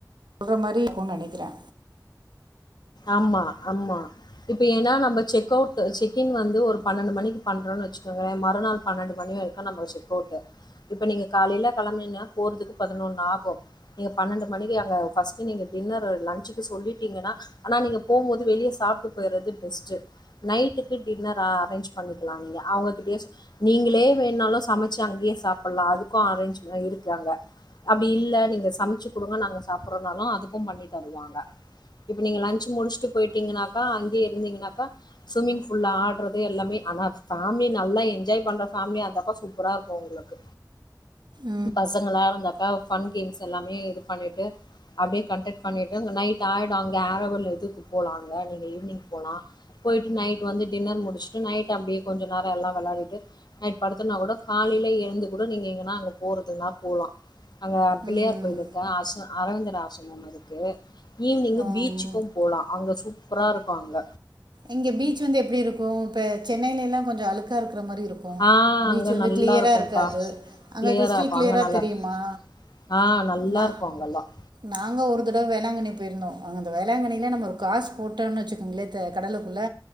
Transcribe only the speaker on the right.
ல்ற மாரி இருக்குன்னு நெனைக்கிறே
ம்
ம்
ம்
இங்க பீச் வந்து எப்டி இருக்கு இப்ப சென்னைல எல்லா கொஞ்ச அழுக்கா இருக் கற மாரி இருக்கு
பீச்
வந்து
கிளியரா
இருக்காது அங்க
கிரிஸ்டல்
கிளியரா
தெரியுமா
நா
நாங்க ஒரு தட வ வேளாங்கண்ணி போயிருந்தோ அங்க அந்த வேளாங்கண்ணியில நம்ம ஒரு காசு போட்டோன்னு வச்சுக்கோங்களே தெ கடலுக்குள்ள